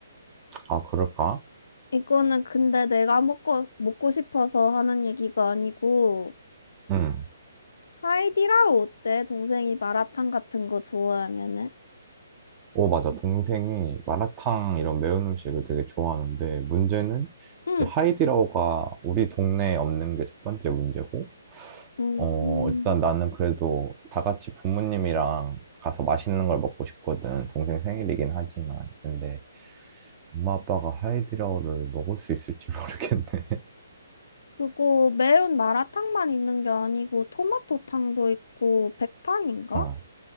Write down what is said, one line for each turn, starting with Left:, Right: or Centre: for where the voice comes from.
Right: 아 그럴까?
Left: 이거는 근데 내가 먹고, 먹고 싶어서 하는 얘기가 아니고
Right: 응.
Left: 하이디라우 어때? 동생이 마라탕 같은 거 좋아하면은?
Right: 오 맞아 동생이 마라탕 이런 매운 음식을 되게 좋아하는데 문제는
Left: 응.
Right: 이제 하이디라오가 우리 동네에 없는 게 첫 번째 문제고
Left: 음,
Right: 어 일단 나는 그래도 다 같이 부모님이랑 가서 맛있는 걸 먹고 싶거든 동생 생일이긴 하지만 근데 엄마 아빠가 하이디라오를 먹을 수 있을지 모르겠네
Left: 그거 매운 마라탕만 있는 게 아니고 토마토탕도 있고 백탕인가?
Right: <laughs> 어.